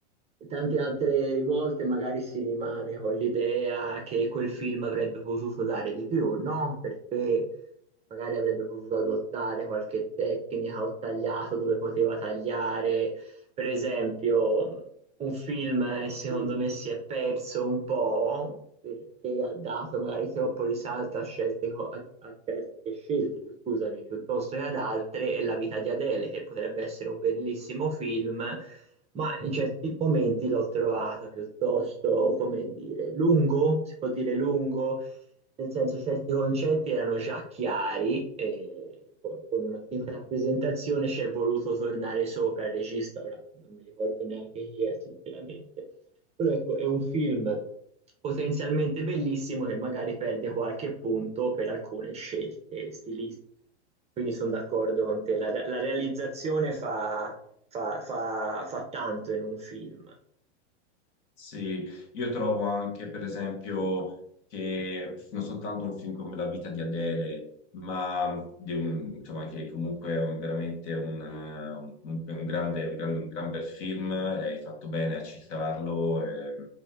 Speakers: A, on the right; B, on the left.
A: Tante altre volte magari si rimane con l'idea che quel film avrebbe potuto dare di più, no? Perché magari avrebbe potuto adottare qualche tecnica o tagliato dove poteva tagliare. Per esempio, un film eh, secondo me si è perso un po' perché ha dato magari troppo risalto a scelte, co- a, a certe scelte, scusami, piuttosto che ad altre, e La vita di Adele, che potrebbe essere un bellissimo film, ma in certi momenti l'ho trovato piuttosto, come dire, lungo, si può dire lungo nel senso certi concetti erano già chiari e co- con una prima rappresentazione ci è voluto tornare sopra il regista, ora non mi ricordo neanche chi è sinceramente. Però ecco, è un film potenzialmente bellissimo che magari perde qualche punto per alcune scelte stilistiche. Quindi sono d'accordo con te, la, la realizzazione fa, fa, fa, fa tanto in un film,
B: Sì, io trovo anche, per esempio, che non soltanto un film come La vita di Adele, ma di un- insomma, che comunque è un- veramente un, eh, un- un grande, un grande- un gran bel film, e hai fatto bene a citarlo, ehm,